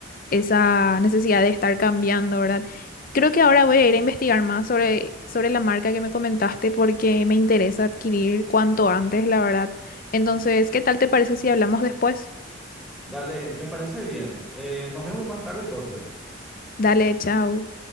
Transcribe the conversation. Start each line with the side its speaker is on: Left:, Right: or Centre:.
Left: esa necesidad de estar cambiando, ¿verdad? Creo que ahora voy a ir a investigar más sobre, sobre la marca que me comentaste porque me interesa adquirir cuanto antes, la verdad. Entonces, ¿qué tal te parece si hablamos después?
Centre: Dale, me parece bien. Eh, nos vemos más tarde entonces.
Left: Dale, chao.